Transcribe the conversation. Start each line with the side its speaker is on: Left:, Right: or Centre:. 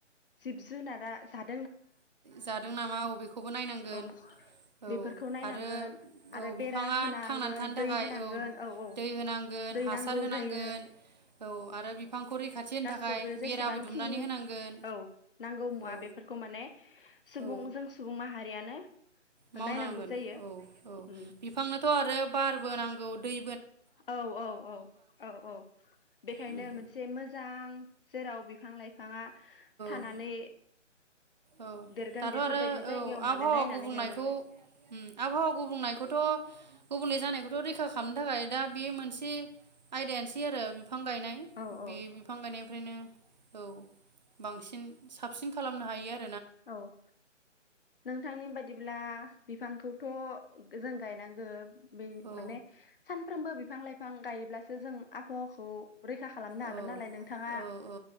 Left: जिब जुनारा सात
Right: जादों नामा औ बेखौबो नायनांगोन
Left: औ
Right: औ
Left: बेफोरखौ नायनांगोन
Right: आरो
Left: आरो
Right: औ बिफाङा
Left: बेरा होनांगोन
Right: थांनानै थानो
Left: दै
Right: थाखाय
Left: होनांगोन
Right: औ
Left: औ
Right: दै होनांगोन
Left: दै
Right: हासार
Left: नांगौ
Right: होनांगोन
Left: जायो
Right: औ आरो बिफांखौ रैखाथि होनो
Left: गासैबो
Right: थाखाय बेराबो
Left: जेसेबांखिनि
Right: दुमनानै होनांगोन।
Left: औ नांगौ मुवा
Right: औ
Left: बेफोरखौ माने सुबुं
Right: औ
Left: जों सुबुं माहारियानो
Right: मावनांगोन
Left: नायनांगौ जायो
Right: औ औ
Left: उम
Right: बिफांनोथ' आरो बार बो नांगौ दै
Left: औ औ औ औ औ बेखायनो
Right: उम
Left: मोनसे मोजां जेराव बिफां लाइफां बिफाङा थानानै
Right: औ औ
Left: देरगोन
Right: दाथ'
Left: बेफोरबायदि
Right: आरो
Left: जायगायाव
Right: औ आबहावा
Left: माने नायनानै
Right: गुबुंनायखौ
Left: गायनांगौ
Right: आबहावा गुबुंनायखौथ' गुबुंले जानायखौथ' रैखा खालामनो थाखाय दा बे मोनसे आयदायानोसै आरो। बिफां गायनाय
Left: औ औ
Right: बे बिफां गायनायनिफ्रायनो औ बांसिन साबसिन खालामनो हायो आरो
Left: औ नोंथांनि बायदिब्ला बिफांखौथ' जों गायनांगौ। बे
Right: औ
Left: माने सान सानफ्रोमबो बिफां लाइफां गायोब्लासो जों आबहावाखौ रैखा खालामनो हागोन
Right: औ
Left: नालाय नोंथाङा
Right: औ औ